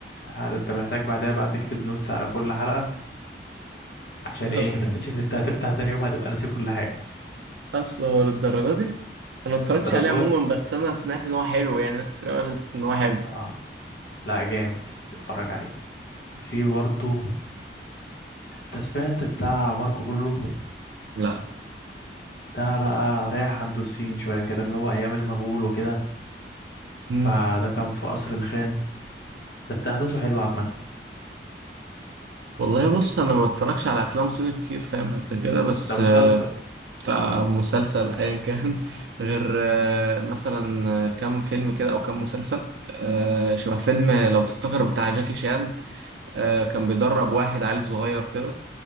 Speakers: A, on the left; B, on the right.
A: هذا انت محتاج بعدها بقى تكتب نوتس على كل حلقة عشان
B: <laughs>
A: ايه
B: اصلا
A: <laughs> عشان انت هتفتح تاني يوم هتبقى ناسي كل حاجة
B: اصل هو للدرجه دي انا ما اتفرجتش
A: للدرجات
B: عليه عموما
A: دي.
B: بس انا سمعت ان هو حلو يعني ناس كتير قالت ان هو حلو
A: اه لا جامد اتفرج عليه في برضه تسبيعت بتاع ماركو بولو
B: لا
A: ده بقى رايح عند الصين شوية كده اللي هو ايام المغول وكده
B: مم.
A: فده كان في قصر الخان بس احداثه حلوة عامة
B: والله بص انا ما بتفرجش على افلام صيني كتير فاهم قد كده بس
A: ده مسلسل
B: آه، آه، مسلسل ايا كان <laughs> غير آه، مثلا آه، كام فيلم كده او كام مسلسل آه، شبه فيلم لو تفتكر بتاع جاكي شان آه، كان بيدرب واحد عيل صغير كده